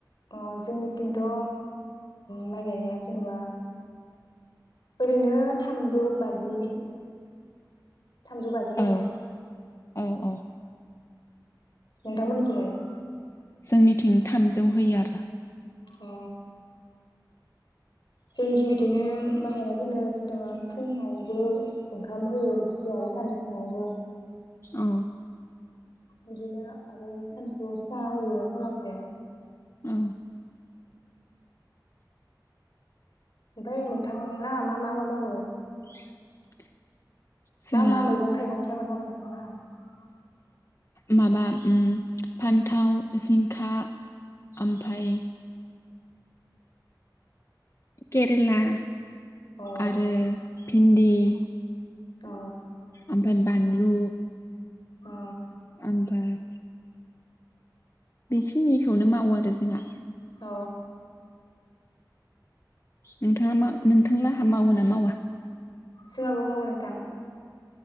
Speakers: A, on the left; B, on the left.
A: अ जोंथिं, थ' माइ गायनाया जेनेबा ओरैनो थामजौ बाजि थामजौ बाजि गरे
B: औ औ औ
A: नोंथांमोनखिलाय?
B: जोंनिथिं थामजौ होयो आरो
A: अ जोंनिखि बिदिनो माइ गायनायफोरनो जेन'बा फुङावबो ओंखाम होयो बोथिसे आरो सानजु फुङावबो
B: औ
A: बिदिनो आरो सानजुफुआव सा होयो बेला से
B: औ
A: ओमफाय नोंथांलाङा मा मा आबाद मावो?
B: <inaudible> जोंहा
A: मा मा मैगं थाइगंनि आबाद मावो? नोंथांलांहा?
B: माबा उम फान्थाव जिंखा ओमफाय केरेला
A: अ
B: आरो भिन्दि <inaudible>
A: अ
B: आमफाय बानलु
A: अ
B: आमफाय बेखिनिखौनो मावो आरो जोंहा।
A: अ
B: नोंथाङा मा नोंथांलाहा मावो ना मावा?
A: जोङखबो मावो नोंथां।